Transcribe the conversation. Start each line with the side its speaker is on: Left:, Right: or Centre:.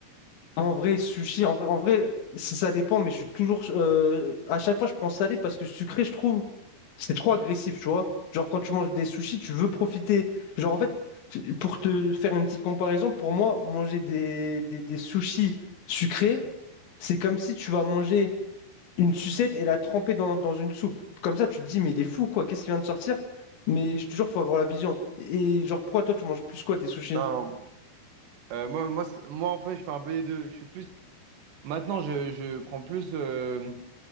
Left: En vrai, sushi, en vrai, en vrai, ça, ça dépend, mais je suis toujours. euh, à chaque fois, je prends salé parce que sucré, je trouve, c'est trop agressif, tu vois. Genre, quand tu manges des sushis, tu veux profiter. Genre, en fait, pour te faire une petite comparaison, pour moi, manger des, des, des sushis sucrés, c'est comme si tu vas manger une sucette et la tremper dans, dans une soupe. Comme ça, tu te dis, mais il est fou, quoi, qu'est-ce qui vient de sortir? Mais je te jure, faut avoir la vision. Et genre, pourquoi toi, tu manges plus quoi, des sushis?
Right: Non, Euh, moi, moi, c'est- moi, en fait, je fais un peu des deux. Je suis plus. Maintenant, je, je prends plus euh,